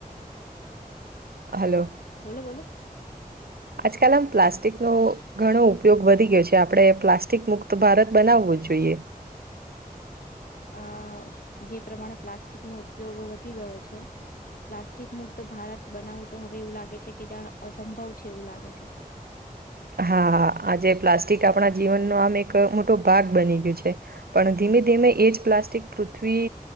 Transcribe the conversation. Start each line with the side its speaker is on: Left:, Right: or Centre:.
Right: હલો.
Left: બોલો બોલો.
Right: આજકાલ આમ પ્લાસ્ટિક નો ઘણો ઉપયોગ વધી ગયો છે આપડે પ્લાસ્ટિક મુક્ત ભારત બનાવવું જ જોઈએ.
Left: અહ જે પ્રમાણે પ્લાસ્ટિક નો ઉપયોગ વધી ગયો છે પ્લાસ્ટિક મુક્ત ભારત બનાવું તો હવે એવું લાગે છે કે જાણ અસંભવ છે એવું લાગે છે.
Right: હા આજે પ્લાસ્ટિક આપણા જીવનનો આમ એક મોટો ભાગ બની ગયું છે. પણ ધીમે ધીમે એજ પ્લાસ્ટિક પૃથ્વી